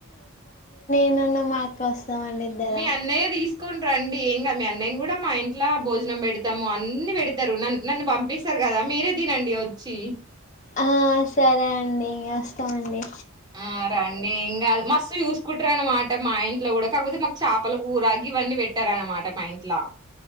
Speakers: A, on the left; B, on the right.
A: నిన్న మా కస్ వాళ్ళకి భయం
B: మీ అన్నయ్య తీసుకొని రండి ఏం మీ అన్నయని కూడా మా ఇంట్లో భోజనం పెడతాము అన్ని పెడతారు నన్న నన్ను పంపిస్తారు కదా మీరే తినండి వచ్చి
A: ఆ సరే అండి వస్తామండి
B: ఆ రండి ఏం కాదు ఇంకా మస్తు చూసుకుంటారు అన్నమాట మా ఇంట్లో కూడా కాకపోతే మాకు చేపల కూరగి ఇవన్నీ పెట్టారనమాట మా ఇంట్లా